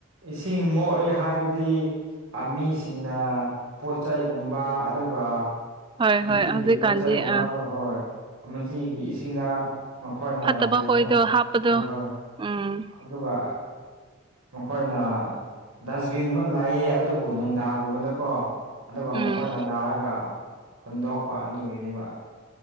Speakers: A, on the right; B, on the right.
A: ꯏꯁꯤꯡ ꯃꯣꯠꯂ‌ꯦ ꯍꯥꯏꯕꯗꯤ ꯃꯤꯁꯤꯡꯅ ꯄꯣꯠ ꯆꯩ ꯀꯨꯝꯕ ꯑꯗꯨꯒ
B: ꯍꯣꯏ ꯍꯣꯏ
A: ꯌꯨꯝꯒꯤ
B: ꯍꯧꯖꯤꯛꯀꯥꯟꯗꯤ
A: ꯄꯣꯠꯆꯩ ꯒꯨꯝꯕꯒ
B: ꯑ
A: ꯍꯣꯏ ꯑꯃꯁꯤꯒꯤ ꯏꯁꯤꯡꯗ ꯃꯈꯣꯏꯅ
B: ꯐꯠꯇꯕ
A: ꯀꯔꯤꯍꯥꯏꯁꯤꯔ
B: ꯈꯣꯏꯗꯣ ꯍꯥꯞꯄꯗꯣ
A: ꯍꯣꯏ ꯍꯣꯏ
B: ꯎꯝ
A: ꯑꯗꯨꯒ ꯃꯈꯣꯏꯅ ꯗꯁꯕꯤꯟꯒꯨꯝꯕ ꯂꯩ ꯑꯗꯨꯕꯨ ꯅꯨꯡꯗꯥꯡꯒꯨꯝꯕꯗꯀꯣ ꯑꯗꯨꯒ
B: ꯎꯝ
A: ꯃꯈꯣꯏꯅ ꯂꯥꯛꯑꯒ ꯍꯨꯟꯗꯣꯛꯄ ꯑꯗꯨꯒꯤꯅꯦꯕ ꯫